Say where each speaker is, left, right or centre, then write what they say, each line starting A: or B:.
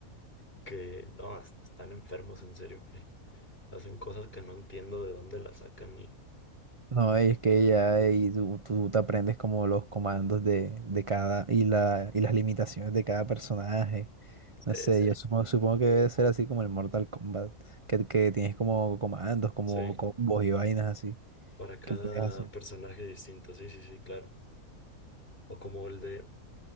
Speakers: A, on the left; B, on the right.
A: que no, es- están enfermos, en serio, que hacen cosas que no entiendo de dónde las sacan y...
B: No, es que
A: no,
B: ya ahí tú, tú te aprendes como los comandos de, de cada y, la, y las limitaciones de cada personaje.
A: sí,
B: No sé,
A: sí,
B: yo supongo, supongo que debe ser así como el Mortal Kombat, que, que tienes como comandos, como
A: sí.
B: combos y vainas así
A: Para cada
B: que puedes hacer.
A: personaje distinto, sí, sí, sí, claro. O como el de